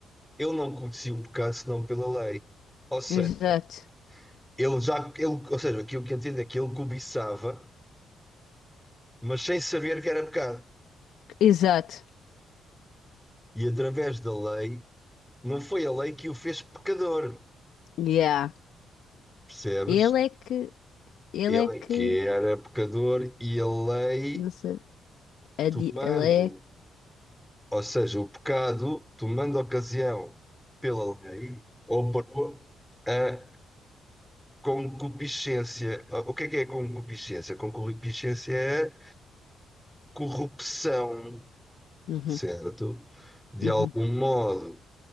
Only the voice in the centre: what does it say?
ele não conhecia o pecado senão pela lei. Ou seja,
ele já, ele, ou seja, aquilo que entendo é que ele cobiçava, mas sem saber que era pecado.
E através da lei, não foi a lei que o fez pecador,
percebes?
Ele
é que era pecador e a lei,
tomando,
ou seja, o pecado, tomando ocasião pela lei ou por a concupiscência. O que é que é concupiscência? Concupiscência é corrupção,
certo? De
algum modo.